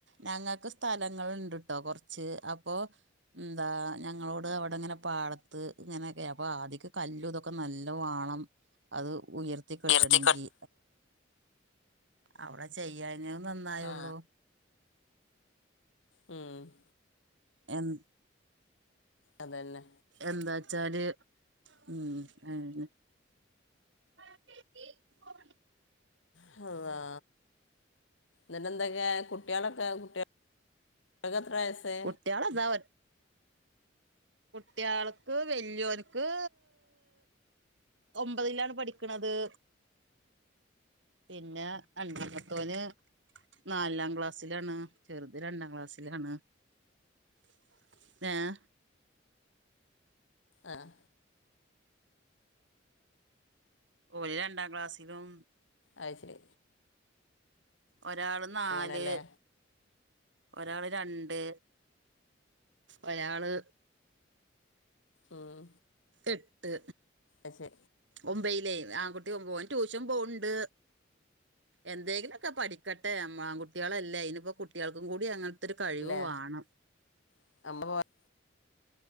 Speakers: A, on the right (about 70°); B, on the left (about 80°).
A: ഞങ്ങക്ക് സ്ഥലങ്ങള്ണ്ട്ട്ടോ കൊറച്ച് അപ്പോ ഉം ന്താ ഞങ്ങളോട് അവ്ടാങ്ങനെ പാടത്ത് ങ്ങനൊക്കെ അപ്പൊ ആദ്യക്ക കല്ലുതൊ ക്കാ നല്ല വാണം അത് ഉയർത്തി കെട്ടണെങ്കി
B: ഉയർത്തിക്കൊണ്ട്
A: അവ്ട ചെയ്യാഞ്ഞെത് നന്നായൊള്ളൂ.
B: ആ ഉം
A: എൻ
B: അതെന്നെ
A: എന്താച്ചാല് ഉം ഈഹ് അനാ കീ കീ ഫോർ
B: ഹള്ളാ ന്ന്ട്ട് എന്തൊക്കേ കുട്ടിയേളൊക്കെ കുട്ടി കെത്രാവയസ്
A: ട്ട്യോളെന്ന <unintelligible> കുട്ട്യാൾക്ക് വല്യോന്ക്ക് ഒമ്പതിലാണ് പഠിക്ക്ണത്. പിന്നെ അണ്ടാമത്തോന് നാലാം ക്ലാസ്സിലാണ് ചെറ്ത് രണ്ടാം ക്ലാസ്സിലാണ്. <unintelligible>
B: ആഹ്
A: ഓര് രണ്ടാം ക്ലാസ്സിലും
B: അയ് ശെരി
A: ഒരാള് നാല്
B: അങ്ങനല്ലേ
A: ഒരാള് രണ്ട് ഒരാള്
B: ഉം
A: എട്ട്
B: അശ്ശെ
A: ഒമ്പയിലായ് ആങ്കുട്ടി ഒമ്പ് ഒൻ ട്യൂഷൻ പോണ്‌ണ്ട് എന്തെങ്കിലൊക്കെ പഠിക്കട്ടെ ആം ആൺകുട്ട്യോളല്ലേ അയ്നിപ്പോ കുട്ടികൾക്കും കൂടി അങ്ങാൻത്തൊരു കഴിവ്
B: അല്ലേ
A: വാണം
B: <unintelligible>